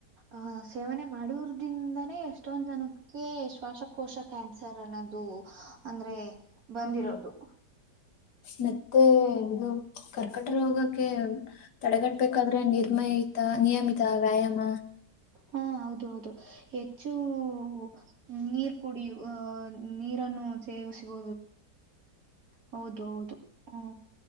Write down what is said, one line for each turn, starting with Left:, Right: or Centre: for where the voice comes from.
Right: ಹ ಸೇವನೆ ಮಾಡುವುದದಿಂದ ನ ಎಷ್ಟೊಂದು ಜನ ದಕ್ಕೆ ಶ್ವಾಸಕೋಶ ಕ್ಯಾನ್ಸರ್ ಅನ್ನೋದು ಅಂದ್ರೆ
Left: ್ಮ
Right: ಬಂದಿರೋದು
Left: ಬಂದಿ ಮತ್ತೆ ಇದು ಕರ್ಕಟ ರೋಗಕ್ಕೆ ತಡೆಗಟ್ಬೇಕಾದ್ರೆ ನಿರ್ಮಯಿತ ನಿಯಮಿತ ವ್ಯಾಯಾಮ
Right: ಹಾ ಹೌದು ಹೌದು ಹೆಚ್ಚು ಹ <unintelligible> ನೀರ್ ಕುಡಿಯು ಅಹ ನೀರನ್ನು ಸೇವಿಸ <inaudible> ಹೌದು ಹೌದು ಹ್ಮ